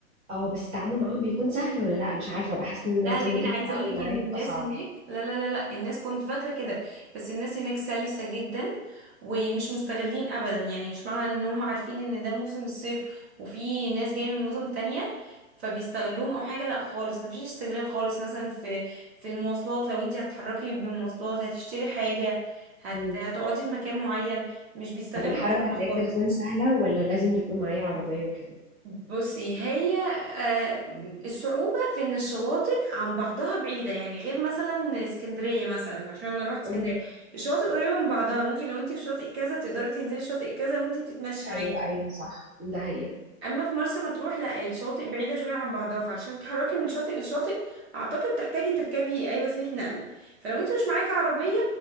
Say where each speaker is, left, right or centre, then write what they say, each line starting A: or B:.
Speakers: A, on the right; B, on the right.
A: اه بس التعامل معاهم بيكون سهل ولا لا مش عارفة بحس إن الناس
B: سهل
A: دي ممكن
B: جدا عايزه
A: تتعامل
B: اقول لك
A: معاك
B: ان الناس
A: أصعب
B: هناك لا لا لا لا الناس كنت فاكره كده بس الناس هناك سلسه جدا ومش مستغلين ابدا يعني مش معنى انهم عارفين ان ده موسم الصيف وفي ناس جايه من مدن تانية فبيستغلوهم او حاجه لا خالص مفيش استغلال خالص مثلا في في المواصلات لو انت هتتحركي بمواصلات هتشتري حاجه هت...
A: مم.
B: هتقعدي في مكان معين مش بيستغلوا
A: طب الحركة
B: بصراحه
A: هناك
B: خالص
A: بتكون سهلة ولا لازم يكون معايا عربية وكده
B: بصي هي آه، الصعوبة في ان الشواطئ عن بعضها بعيدة يعني غير مثلا اسكندرية مثلا عشان انا رحت اسكندرية
A: مم.
B: الشواطئ قريبة من بعضها ممكن لو انت في شاطئ كذا تقدري تنزلي شاطئ كذا وانت بتتمشي عادي
A: أيوه أيوه صح ده هي
B: اما في مرسى مطروح لا الشواطئ بعيدة شوية عن بعضها فعشان تتحركي من شاطئ لشاطئ اعتقد تحتاجي تركبي اي وسيلة نقل فلو انت مش معاكي عربية